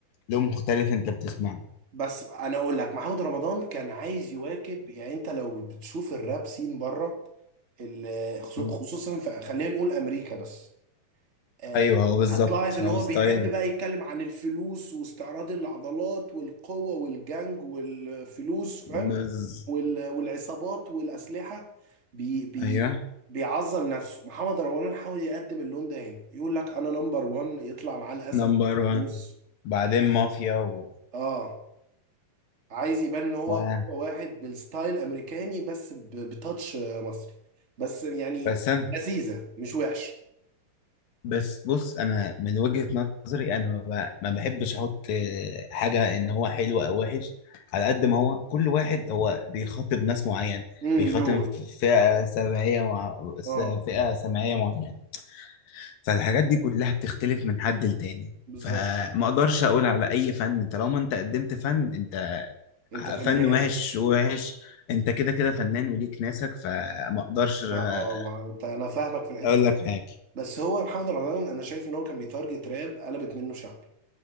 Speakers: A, on the left (about 80°); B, on the right (about 20°).
A: لون مختلف انت بتسمعه
B: بس انا اقول لك محمد رمضان كان عايز يواكب يعني انت لو بتشوف الراب سين بره ال- خصو-
A: مم.
B: خصوصا في خلينا نقول امريكا بس آه،
A: ايوه هو بالظبط
B: هتلاحظ ان
A: هو
B: هو
A: ستايل
B: بيحب بقى يتكلم عن الفلوس واستعراض العضلات والقوة والجنج والفلوس فاهم
A: بز...
B: وال- والعصابات والأسلحة بي بي
A: ايوه
B: بيعظم نفسه محمد رمضان حاول يقدم اللون ده هنا يقول لك انا نمبر وان يطلع معاه الاسد
A: نمبر وان
B: فلوس
A: بعدين مافيا و...
B: اه عايز يبان ان هو
A: و-
B: أقوى واحد بالستايل امريكاني بس ب- بتاتش آه، مصري بس يعني
A: بس انا
B: لذيذة مش وحش
A: بس بص انا من وجهة نظري انا ما ب- ما بحبش احط آه، حاجة ان هو حلو او وحش على قد ما هو كل واحد هو بيخاطب ناس معين
B: امم
A: بيخاطب
B: لون
A: فئة سمعية مع س-
B: اه
A: فئة سمعية معينة فالحاجات دي كلها بتختلف من حد لتاني
B: بالظبط
A: فما اقدرش اقول على اي فن طالما انت قدمت فن انت
B: انت فاهمان
A: فن وحش وحش انت كده كده فنان وليك ناسك فما اقدرش آه،
B: ما اه ما انت انا فاهمك في الحته
A: اقول
B: دي
A: لك حاجة
B: بس هو محمد رمضان انا شايف ان هو كان بيتارجت راب قلبت منه شعبي